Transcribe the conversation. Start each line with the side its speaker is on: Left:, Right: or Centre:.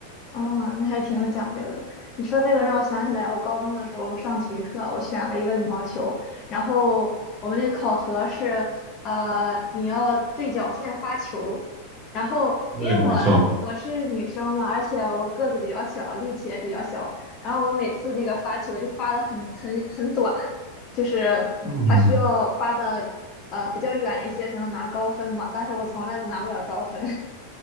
Left: 哦，那还挺有讲究的。你说这个让我想起来，我高中的时候上体育课，我选了一个羽毛球，然后我们那考核是，呃，你要对角线发球，然后因为我我是女生嘛，
Right: 对，没错。
Left: 而且我个子比较小，力气也比较小，然后我每次那个发球就发的很很很短，就是它需要发的呃比较远一些才能拿高分嘛，
Right: 嗯，
Left: 但是我从来都拿不了高分。<laughs>